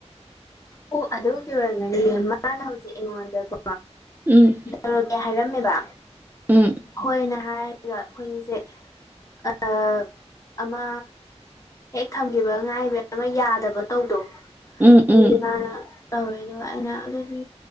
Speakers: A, on the left; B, on the right.
A: ꯑꯣ ꯑꯗꯨꯒꯤ ꯑꯣꯏꯔꯝꯃꯅꯤꯌꯦ ꯃꯥꯅ ꯍꯧꯖꯤꯛ ꯑꯩꯉꯣꯟꯗꯀꯣ
B: ꯎꯝ
A: ꯗꯧꯔꯛꯀꯦ ꯍꯥꯏꯔꯝꯃꯦꯕ
B: ꯎꯝ
A: ꯍꯣꯏꯑꯅ ꯍꯥꯏꯔ ꯒꯥ ꯑꯈꯣꯏꯅꯤꯖꯦ ꯑꯥ ꯑꯃ ꯍꯦꯛ ꯊꯝꯈꯤꯕ ꯉꯥꯏꯕꯩ ꯑꯃ ꯌꯥꯗꯕ ꯇꯧꯗꯣ
B: ꯎꯝ
A: ꯑꯗꯨꯗꯤ
B: ꯎꯝ
A: ꯃꯥꯅ ꯇꯧꯔꯦ ꯑꯗꯨꯒ ꯑꯩꯅ ꯑꯗꯨꯗꯤ